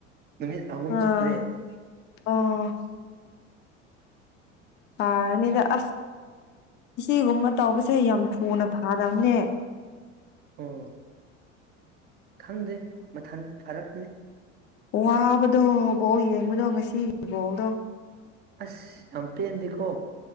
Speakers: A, on the right; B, on the left.
A: ꯅꯨꯃꯤꯠ ꯑꯍꯨꯝ
B: ꯑꯥ
A: ꯁꯨꯔꯦ
B: ꯑꯣ ꯑꯅꯤꯗ ꯑ ꯏꯒꯨꯝꯕ ꯇꯧꯕꯁꯦ ꯌꯥꯝ ꯊꯨꯅ ꯐꯥꯕꯅꯦ
A: ꯎꯝ ꯈꯪꯗꯦ ꯃꯊꯟꯇ ꯐꯔꯛꯀꯅꯤ
B: ꯋꯥꯕꯗꯣꯕꯣꯛ ꯌꯦꯡꯕꯗꯣ ꯉꯁꯤ ꯏꯕꯣꯛꯗꯣ
A: ꯑꯁ ꯑꯝꯄꯤꯤ ꯑꯦꯗꯤꯀꯣ